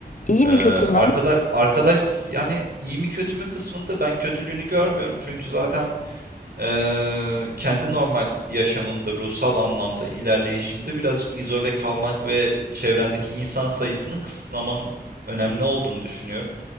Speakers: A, on the left; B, on the right.
A: İyi
B: Ee,
A: mi kötü mü?
B: arkada arkadaş yani iyi mi kötü mü kısmında ben kötülüğünü görmüyorum. Çünkü zaten ee, kendi normal yaşamımda, ruhsal anlamda ilerleyişimde birazcık izole kalmak ve çevrendeki insan sayısını kısıtlamanın önemli olduğunu düşünüyorum.